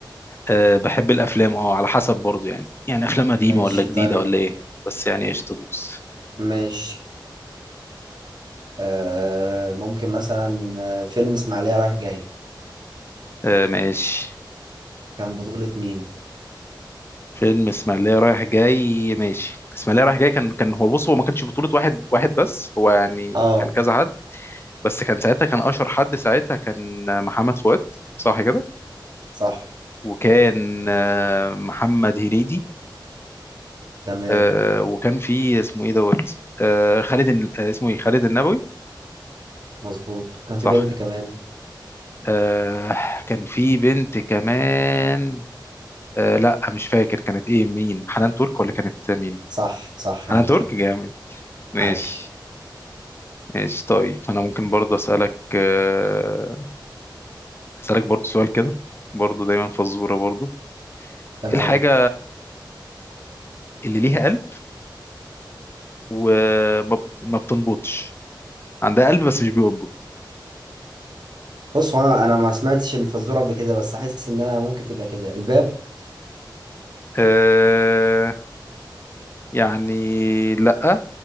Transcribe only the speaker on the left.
أه بحب الافلام اه على حسب برضو يعني يعني افلام قديمة
ولا جديدة
ولا ايه بس يعني ايش تدوس
أه ماشي
فيلم اسماعيلية رايح جاي ماشي اسماعيلية رايح جاي كان كان هو بص هو ما كانش بطولة واحد واحد بس هو يعني
كان كذا حد بس كان ساعتها كان اشهر حد ساعتها كان محمد فؤاد صح كده
وكان آه، محمد هنيدي
آه، وكان في اسمه ايه دوت آه، خالد الن- آه، اسمه ايه خالد النبوي
صح
آه، كان في بنت كمان آه، لا مش فاكر كانت ايه مين حنان ترك ولا كانت مين
حنان
ترك جامد ماشي
ماشي طيب فانا ممكن برضه اسالك آه، اسالك برضه سؤال كده برضه دايما فزوره برضه
ايه الحاجه اللي ليها قلب وما بت- ما بتنبضش عندها قلب بس مش بينبض
آه يعني لأ